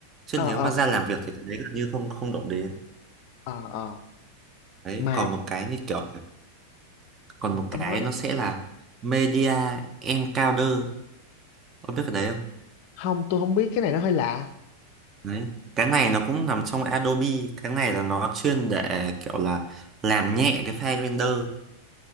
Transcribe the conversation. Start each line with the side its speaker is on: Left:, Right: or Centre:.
Right: chứ
Left: ờ
Right: nếu
Left: ờ
Right: mà ra làm việc thì cái đấy gần như không không động đến
Left: ờ ờ
Right: đấy
Left: mà
Right: còn một cái như kiểu còn
Left: ừ,
Right: một
Left: ông
Right: cái
Left: nói đi
Right: nó sẽ là Media Encoder ông biết cái đấy không
Left: không tôi không biết cái này nó hơi lạ
Right: đấy cái này nó cũng nằm trong Adobe cái này là nó chuyên để kiểu là làm nhẹ cái file render